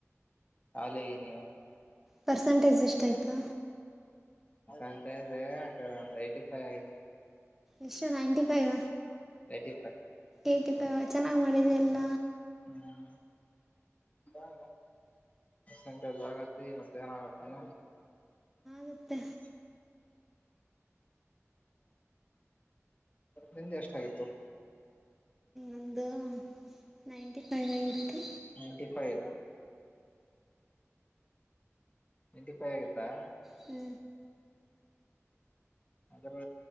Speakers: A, on the left; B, in the centre.
A: ಆಾಲಗ ನೀ
B: ಪರ್ಸೆಂಟೇಜ್ ಎಷ್ಟಾಯಿತು
A: ಅಂತ ಇದೆ ಒಂದು ಏಯ್ಟಿ ಫೈವ್ ಆಗಿದೆ
B: ಎಷ್ಟು ninety five
A: eighty five
B: eighty five ಚೆನ್ನಾಗಿ ಮಾಡಿದೆ ಎಲ್ಲ
A: ಹ್ಮ <unintelligible> ಪರ್ ಸೆಂಟಜ್ ಆಗತ್ತತಿ ಮತ್ತ ಏನ ಆಗತ್ತಾನತ
B: ಮತ್ತೆ
A: ಹ ನಿದೆ ಎಷ್ಟಾಗಿತ್ತು
B: ಒಂದು ನೈಂಟಿ ಫೈವ್ ಆಗಿತ್ತು
A: ನೈಂಟಿ ಫೈವ್ ನೈಂಟಿ ಫೈವ್ ಆಗತ್ತಾ
B: ಹ್ಞೂ
A: ಅದರ